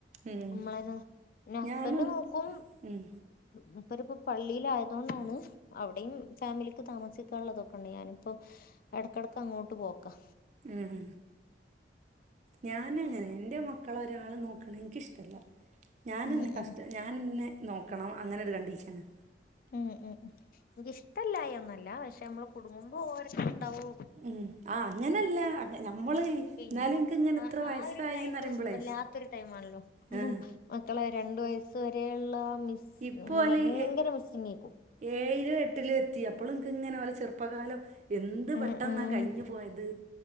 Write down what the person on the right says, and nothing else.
ഉം
ഞാനും
ഉം
ഉം ഞാന അങ്ങനെ, ന്റെ മക്കളെ ഒരാള് നോക്കണ എനിക്കിഷ്ടല്ല. ഞാന്നെ
കഷ്ട
ഞാനിന്ന് നോക്കണം അങ്ങനെ ഒരു കണ്ടീഷന
ഉം ആഹ് അങ്ങനല്ല നമ്മള്,
എന്നാലും ൻക്ക് ഇങ്ങനെ ഇത്ര വയസായിന്നറിയുമ്പളെയ്
അഹ്
ഇപ്പോ ഓല്
എ
ഏഴിലും എട്ടിലും എത്തിയ ഇപ്പളും ഇൻക്ക് ഇങ്ങനെ ഓലെ ചെറുപ്പകാലം, എന്ത്
പെട്ടെന്നാ
കഴിഞ്ഞു പോയത്.